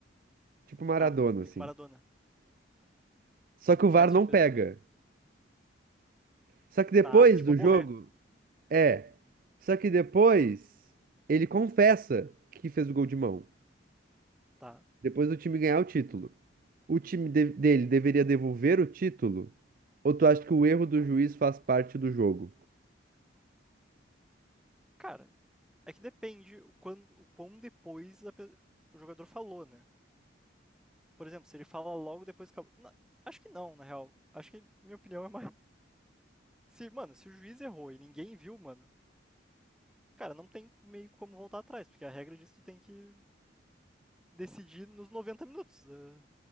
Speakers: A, on the right; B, in the centre.
A: tipo Maradona,
B: tá. Pico
A: assim,
B: Maradona.
A: só que o
B: O
A: VAR
B: Messi
A: não
B: já fez
A: pega.
B: também.
A: Só que depois
B: Tá, tipo
A: do
B: Borré.
A: jogo, é. Só que depois ele confessa que fez o gol de mão.
B: Tá.
A: Depois do time ganhar o título. O time de- dele deveria devolver o título? Ou tu acha que o erro do juiz faz parte do jogo?
B: Cara, é que depende o quão, o quão depois a pe- o jogador falou, né? Por exemplo, se ele fala logo depois que acabou. Na- Acho que não, na real. Acho que minha opinião é mais. <laughs> Se, mano, se o juiz errou e ninguém viu, mano, cara, não tem meio como voltar atrás, porque a regra diz que tu tem que decidir nos 90 minutos eh,